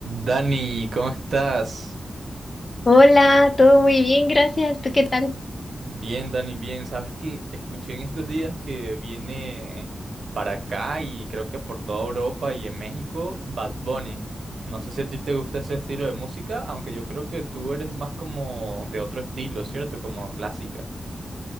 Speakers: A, on the right; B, on the left.
A: Dani, ¿cómo estás?
B: Hola, todo muy bien, gracias. ¿Tú qué tal?
A: Bien, Dani, bien. Sabes que escuché en estos días que viene para acá y creo que por toda Europa y en México, Bad Bunny. No sé si a ti te gusta ese estilo de música, aunque yo creo que tú eres más como de otro estilo, ¿cierto? Como clásica.